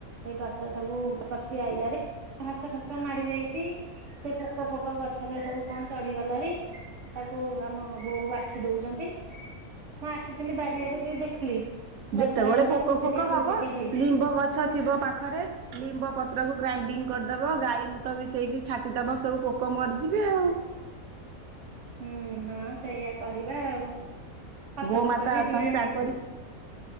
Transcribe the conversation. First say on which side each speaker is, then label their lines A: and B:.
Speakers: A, on the right (about 60°); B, on the right (about 80°).
A: ଏଇ ଗଛ ସବୁ କଷି ଆଇଲାଣି ଘାସ ଫାସ ମାଡି ଯାଇଛି। ସେ ପୋକ ଫୋକ ଗଛରେ ସବୁ କଣ ଚଢିଗଲାଣି। ତାକୁ ଆମ ବୋଉ ବାଛି ଦଉଛନ୍ତି ମୁଁ ଆସିଥିଲି ବାଡିଆଡେ ଟିକେ ଦେଖିଲି।
B: ଯେତେବେଳେ
A: ଗଛ ଟା ଭଲ
B: ପୋକ
A: କୋଉତିକିଆ
B: ଫୋକ ହବ
A: କୋଉତିକିଆ ହେଇଛି।
B: ଲିମ୍ବ ଗଛ ଥିବ ପାଖରେ ଲିମ୍ବ ପତ୍ରକୁ ଗ୍ରାଇଣ୍ଡିଙ୍ଗ କରିଦବ ଗାଈ ମୁତ ମିଶେଇକି ଛାଟିଦବ ସବୁ ପୋ କ ମରିଯିବେ ଆଉ।
A: ହୁଁ ହଁ ସେଇଆ କରିବା ଆଉ ଖତ
B: ଗୋମାତା
A: ଫତ ବି
B: ଅଛନ୍ତି
A: ଦିଆ
B: ତାଙ୍କରି
A: ହେଇଥିଲା।